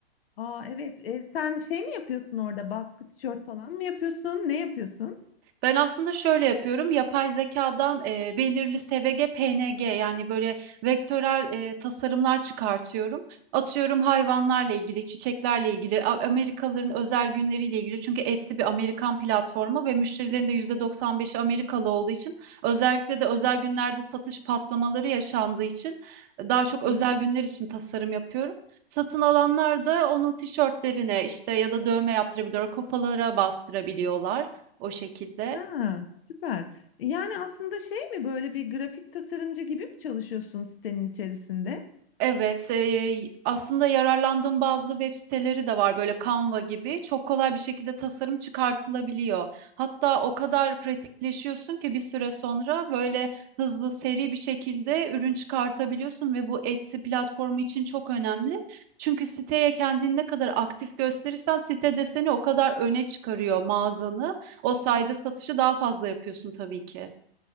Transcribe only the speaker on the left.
Aa, evet. Ee, sen şey mi yapıyorsun orada? Baskı tişört falan mı yapıyorsun? Ne yapıyorsun?
Hı hı.
Ha, süper. Yani aslında şey mi böyle bir grafik tasarımcı gibi mi çalışıyorsun sitenin içerisinde?